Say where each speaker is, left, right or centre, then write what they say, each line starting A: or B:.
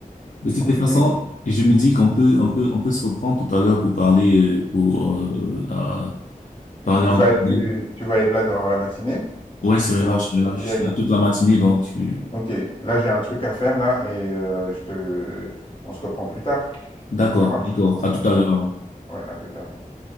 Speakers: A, on the left; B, on the left.
A: De
B: C'est
A: toute
B: compliqué.
A: façon, je me dis qu'on peut, on peut, on peut se reprendre tout à l'heure pour parler, euh, pour euh, euh, parler
B: Tu, tu
A: encore.
B: vas être,
A: de-
B: tu, tu vas être là dans la matinée,
A: Ouais, c'est
B: parce
A: relâche,
B: que moi aussi,
A: relâche.
B: il faut que j'y
A: Je
B: aille
A: suis
B: là.
A: là toute la matinée, donc tu...
B: Ok, là j'ai un truc à faire là et euh, je te, on se reprend plus tard.
A: D'accord,
B: Ça marche?
A: d'accord. À tout
B: Ouais,
A: à l'heure. alors.
B: ouais, à plus tard. ouais.